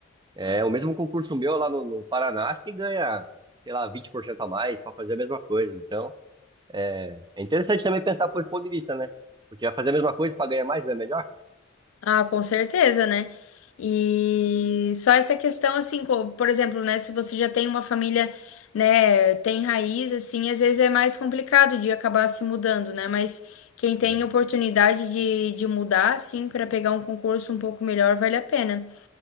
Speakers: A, on the right; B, on the left.
A: É, o mesmo concurso meu lá no, no Paraná, acho que ganha, sei lá, 20% a mais para fazer a mesma coisa. Então. É, é interessante também pensar por esse ponto de vista, né? Porque vai fazer a mesma coisa para ganhar mais, não é melhor?
B: Ah, com certeza, né? E só essa questão, assim, co- por exemplo, né? Se você já tem uma família, né, tem raiz, assim, às vezes é mais complicado de acabar se mudando, né? Mas quem tem
A: É,
B: oportunidade de, de mudar, assim, para pegar um concurso um pouco melhor, vale a pena.